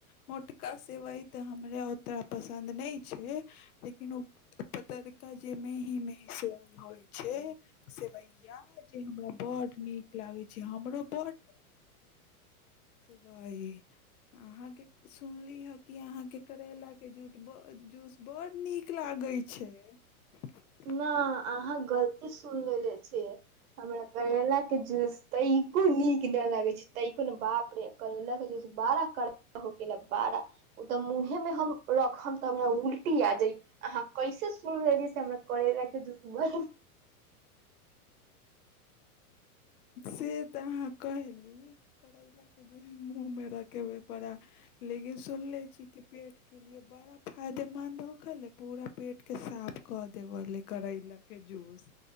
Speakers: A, on the left (about 75°); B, on the right (about 70°).
A: मोटका सेवइ तऽ हमरा ओतना पसन्द नहि छै। लेकिन ओ पतरका जे मेही- मेही सेवइ होइ छै। सेवइया जे हमरा बड नीक लागे छै हमरो बड <inaudible> अहाँके सुनली हे कि अहा के करेला के जूड- जूस बड़ नीक लागे छै। ह <inaudible>
B: न अहाँ गलती सुन लेे छीयै हमरा करेला के जूस तैको नीक ने लागे छै तैको ने बाप रे। केरेला के जूस बारा करवा होकेला बारा। ओ तऽ मुंहे मे हम रखब तऽ हमरा उलटी आ जाई, अहाँ कैसे सुन लेलि से हमरा करेला के जुस बड़
A: से तऽ अहाँ कहली। करेला के जुस मुह मे रखेे बड़ा लेकिन सुन ले छी के पेट के लिए बड़ा फायदेमन्द हो गेलै, पूरा पेटके साफ कऽ देबले करैला। के जूस